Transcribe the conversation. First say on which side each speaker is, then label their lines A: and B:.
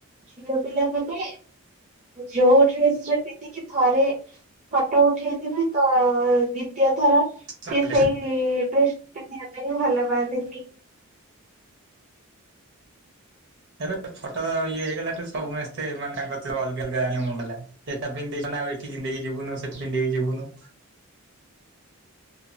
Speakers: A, on the right (about 30°); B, on the right (about 55°).
A: ଝିଅ ପିଲା ମାନେ ଯୋଉ ଡ୍ରେସ୍ ଟା ପିନ୍ଧିକି ଥରେ ଫଟୋ ଉଠେଇଥିବେତ ଦି ଦ୍ଵିତୀୟ ଥର ସିଏ
B: ହଁ
A: ସେଇ ଡ୍ରେସ ପିନ୍ଧିବା ପାଇଁ ଭଲ ପାଆନ୍ତିନି।
B: ଏବେ ଫଟୋ ତ ଇଏ ହେଇଗଲା ଠୁ ସମସ୍ତେ ମାନେ ଅଲଗା ଅଲଗାଲା ସେଟା ପିନ୍ଧ ଆଉ ଏଠିନ୍ଧିକି ଯିବୁନୁ ସେଠି ପିନ୍ଧିକି ଯିବୁନୁଁ।